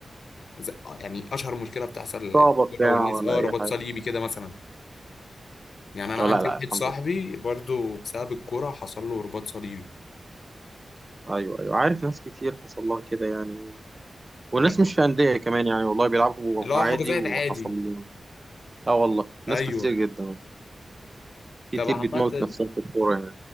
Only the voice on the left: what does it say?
زي... آه، يعني اشهر مشكلة بتحصل
في
الكورة والناس
اه
رباط
صليبي كده مثلا يعني انا
عندي
واحد
صاحبي
برضو بسبب الكوره حصل له رباط صليبي
بجد
اللي هو
حجوزات
عادي
ايوه
طب عامه